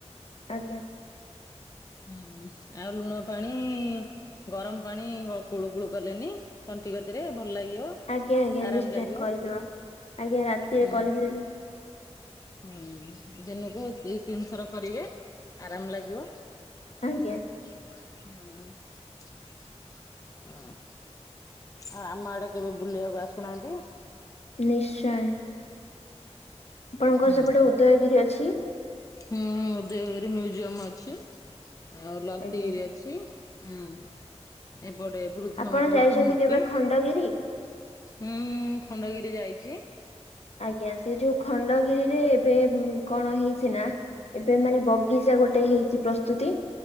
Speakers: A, on the left (about 65°); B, on the left (about 30°).
A: ଆଜ୍ଞା।
B: ହୁଁ- ଆଉ ଲୁଣ ପାଣି ଗରମ୍ ପାଣି କୁଳୁ କୁଳୁ କଲେନି ତଣ୍ଟି କତିରେ ଭଲ ଲାଗିବ।
A: ଆଜ୍ଞା ଆଜ୍ଞା
B: ଆରାମ
A: ନିଶ୍ଚୟ
B: ଲାଗିବ
A: କରିଦବା ଆଜ୍ଞା ରାତିରେ
B: ହୁଁ
A: କରିଦେବି।
B: ହୁଁ- ଦିନକୁ ଦି ତିନି ଥର କରିବେ ଆରାମ୍ ଲାଗିବ।
A: ଆଜ୍ଞା।
B: ହୁଁ -ହଁ। ଆଉ ଆମ ଆଡେ କେବେ ବୁଲିବାକୁ ଆସୁନାହାନ୍ତି।
A: ନିଶ୍ଚୟ। ଆପଣଙ୍କର
B: ହୁଁ
A: ସେପଟେ ଉଦୟଗିରି ଅଛି।
B: ହୁଁ ଉଦୟଗିରି ମ୍ୟୁଜିୟମ ଅଛି ଆଉ ଲତିଗିରି
A: ଆଜ୍ଞା
B: ଅଛି। ହୁଁ ଏପରେ ବୃଦ୍ଧ
A: ଆପଣ
B: ବୃଦ୍ଧ
A: ଯାଇଛନ୍ତି
B: ମୂର୍ତ୍ତି।
A: କେବେ ଖଣ୍ଡଗିରି?
B: ହୁଁ ଖଣ୍ଡଗିରି ଯାଇଚି।
A: ଆଜ୍ଞା ସେ ଯୋଉ ଖଣ୍ଡଗିରିରେ ଏବେ କଣ ହେଇଚି ନା ଏବେ ମାନେ ବଗିଚା ଗୋଟେ ହେଇଚି ପ୍ରସ୍ତୁତି।